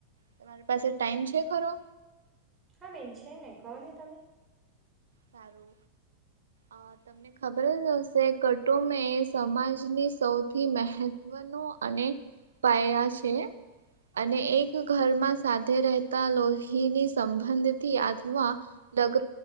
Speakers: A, on the right; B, on the right.
A: તમારી પાસે ટાઈમ છે ખરો
B: હા બેન છે ને કહો ને તમે
A: સારું અ તને ખબર જ હશે કુટુંબ એ સમાજની સૌથી મહત્વનું અને પાયા છે અને એક ઘરમાં સા રહેતા લોહીની સંબંધથી અથવા લગ